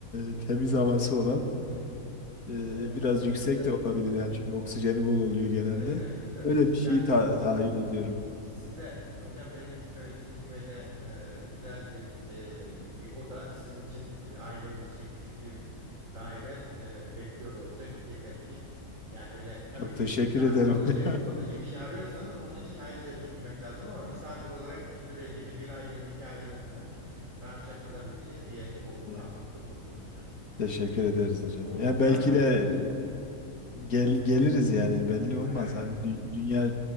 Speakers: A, on the left; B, on the right.
A: e, temiz havası olan e,
B: Ee,
A: biraz
B: hocam
A: yüksek
B: size
A: de olabilir yani çünkü oksijeni bol oluyor genelde.
B: evet evet güzel
A: Öyle
B: bizim
A: bir şeyi
B: yani
A: ta- tahayyül ediyorum.
B: Size hocam benim köy bizim köyde e, güzel bir e, bir oda sizin için e, aileniz için küçük bir daire e, bekliyor olacak. Yeter ki yani öyle tabii
A: Çok
B: ki
A: teşekkür
B: siz daha
A: ederim
B: kalıcı
A: hocam.
B: kalıcı bir şey arıyorsanız onun için ayrıca düşünmek lazım ama misafir olarak bir süreliğine bir aylığına iki aylığına falan rahatça kalabileceğiniz bir yeriniz olduğunu
A: <laughs>
B: aklınızda bulundurun hocam.
A: Teşekkür
B: Yani
A: ederiz hocam.
B: o
A: Yani
B: sakinliğin
A: belki de
B: içerisinde.
A: gel, geliriz yani belli
B: Hay
A: olmaz.
B: hay.
A: Hani dü- dünya